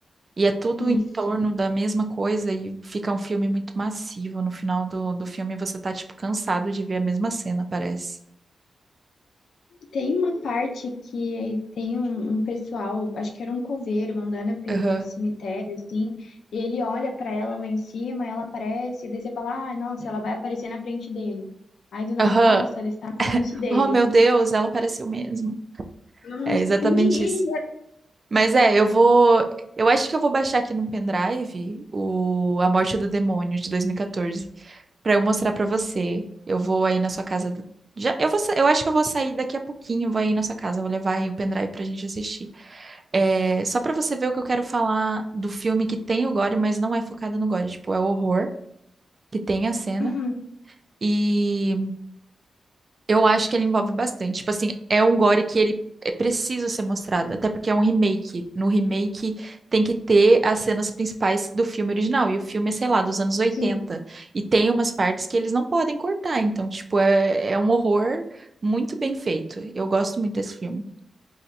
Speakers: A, on the right (about 40°); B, on the left (about 80°).
A: E é tudo
B: Isso.
A: em torno da mesma coisa e fica um filme muito massivo. No final do, do filme você tá, tipo, cansado de ver a mesma cena, parece.
B: Tem uma parte que tem um, um pessoal, acho que era um coveiro, andando pelo
A: Aham.
B: cemitério, assim, e ele olha pra ela lá em cima, ela aparece, e daí você fala, ah, nossa, ela vai aparecer na frente dele. Aí do nada,
A: Aham.
B: nossa, ela está na frente dele.
A: Oh, meu Deus, ela apareceu mesmo.
B: Nossa,
A: É exatamente
B: quem diria?
A: isso. Mas é, eu vou, eu acho que eu vou baixar aqui num pendrive o A Morte do Demônio de 2014. para eu mostrar para você. Eu vou aí na sua casa. do- Já, eu vou, sa- eu acho que eu vou sair daqui a pouquinho, vou aí na sua casa, vou levar aí o pendrive pra gente assistir. É, só pra você ver o que eu quero falar do filme que tem o gore, mas não é focado no gore, tipo, é o horror que tem a cena.
B: Uhum.
A: e eu acho que ele envolve bastante. Tipo assim, é um gore que ele é preciso ser mostrado, até porque é um remake. No remake tem que ter as cenas principais do filme original, e o filme é, sei lá, dos anos 80.
B: Sim.
A: E tem umas partes que eles não podem cortar, então, tipo, é, é um horror muito bem feito. Eu gosto muito desse filme.